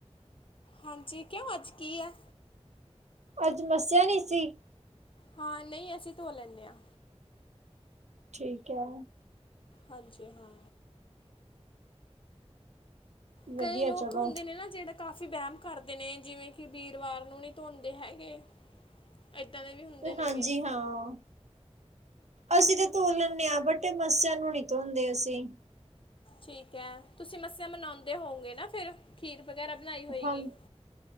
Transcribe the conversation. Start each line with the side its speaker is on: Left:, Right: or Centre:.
Left: ਹਾਂਜੀ ਕਿਉਂ ਅੱਜ ਕੀ ਹੈ?
Right: ਅੱਜ ਮੱਸਿਆ ਨਹੀ ਸੀ-
Left: ਹਾਂ ਨਹੀਂ ਅਸੀਂ ਧੋ ਲੈਂਣੇ ਹਾਂ।
Right: ਠੀਕ ਹੈ
Left: ਹਾਂਜੀ ਹਾਂ। ਕਈ
Right: ਵਧੀਆ
Left: ਲੋਕ
Right: ਚਲੋ
Left: ਹੁੰਦੇ ਨੇ ਨਾ ਜਿਹੜਾ- ਕਾਫੀ ਵਹਿਮ ਕਰਦੇ ਨੇ ਜਿਵੇਂ ਕਿ ਵੀਰਵਾਰ ਨੂੰ ਨਹੀਂ ਧੋਂਦੇ ਹੈਗੇ। ਇੱਦਾਂ ਦੇ ਵੀ ਹੁੰਦੇ ਨੇਗੇ
Right: ਹਾਂਜੀ ਹਾਂ। ਅਸੀਂ ਤਾਂ ਧੋ ਲੈਂਨਦੇ ਹਾਂ ਬਟੇ ਮੱਸਿਆ ਨੂੰ ਨਹੀਂ ਧੋਂਦੇ ਅਸੀਂ।
Left: ਠੀਕ ਹੈ ਤੁਸੀਂ ਮੱਸ ਮਨਾਉਂਦੇ ਹੋਗੇ ਨਾ ਫਿਰ- ਖੀਰ- ਗੈਰਾ ਬਣਾਈ ਹੋਏਗੀ‌।
Right: ਹਾਂ